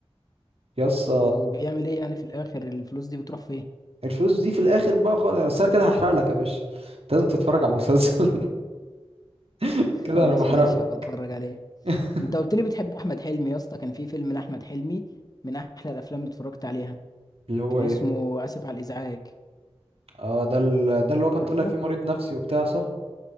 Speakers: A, on the right; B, on the left.
A: يس
B: طب وبيعمل ايه يعني في الاخر الفلوس دي بتروح فين
A: الفلوس دي في الاخر بقى خالص أصل انا كده هحرق لك يا باشا أنت لازم تتفرج على المسلسل <laughs>
B: <laughs>
A: كده
B: خلاص
A: انا بحرق
B: ماشي
A: لك
B: هبقى اتفرج عليه
A: <laughs>
B: انت قلت لي بتحب احمد حلمي يا اسطى كان في فيلم لاحمد حلمي من احلى الافلام اللي اتفرجت عليها
A: اللي هو
B: كان
A: ايه
B: اسمه اسف على الازعاج
A: اه ده ال... ده اللي هو كان
B: عارفه
A: طالع فيه مريض نفسي وبتاع صح